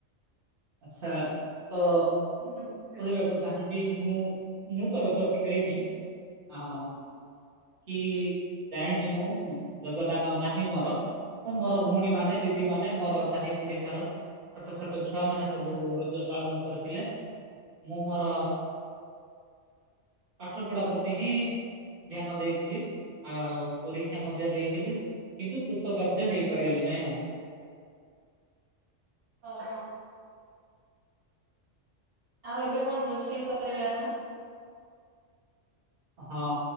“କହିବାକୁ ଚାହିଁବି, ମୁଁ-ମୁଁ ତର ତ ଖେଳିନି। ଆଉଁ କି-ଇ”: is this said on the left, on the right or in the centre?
Right